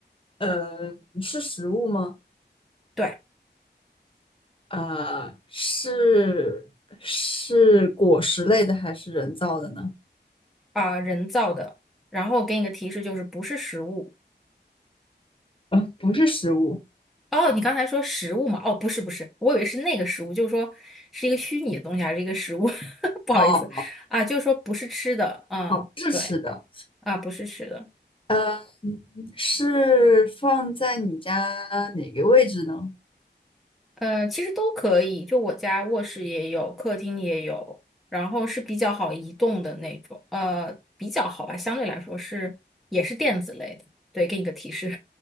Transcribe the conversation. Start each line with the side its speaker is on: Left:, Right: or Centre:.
Left: 呃，是食物吗？
Centre: 对，
Left: 呃，是是果实类的还是人造的呢？
Centre: 啊、人造的，然后我给你个提示，就是不是食物。
Left: 呃，不是食物。
Centre: 哦，你刚才说食物嘛？哦，不是不是，我以为是那个食物，就是说是一个虚拟的东西还是一个食物？<laughs> 不好意思啊，
Left: 哦
Centre: 就是说不是吃的，嗯，
Left: 哦，不是吃的，
Centre: 对啊，不是吃的，
Left: 呃，是放在你家哪个位置呢？
Centre: 呃，其实都可以，就我家卧室也有，客厅也有，然后是比较好移动的那种，呃，比较好吧，相对来说是也是电子类的，对，给你个提示，